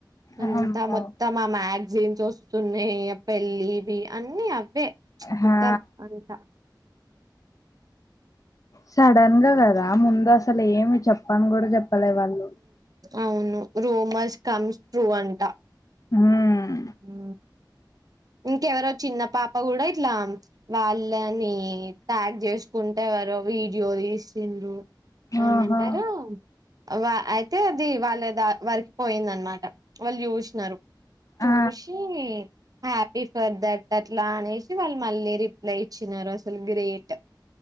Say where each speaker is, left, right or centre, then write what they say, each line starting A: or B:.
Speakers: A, on the right (about 50°); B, on the left (about 45°).
A: ఎంతా
B: అమ్మో
A: మొత్తం మే ఆక్ జీన్స్ వస్తున్నాయి పెళ్ళి ఇవి అన్నిీ అవే
B: హా
A: మత్తం అంతా
B: సడన్ గా కదా ముందు అసలు ఏమి చెప్పను కూడా చెప్పలే వాళ్ళు
A: అవును రోమర్స్ కమ్స్ ట్రూ అంట
B: హ్మ్
A: అ ఇంకెవరో చిన్న పాప కూడా ఇట్లా వాళ్ళని ట్యాగ్ చేసుకుంటే ారు వీడియో తీసిండ్రు ఏమంటారు
B: ఓహో
A: వా అయితే అది వాళ్ళ ద వారికి పోయింద అనమాట వాళ్ళు చూసినారు చూషీ
B: ఆ
A: హ్యాపీ ఫర్ దట్ అట్లా అనేసి వాళ్ళు మళ్ళీ రిప్లై ఇచ్చినారు అసలు గ్రేట్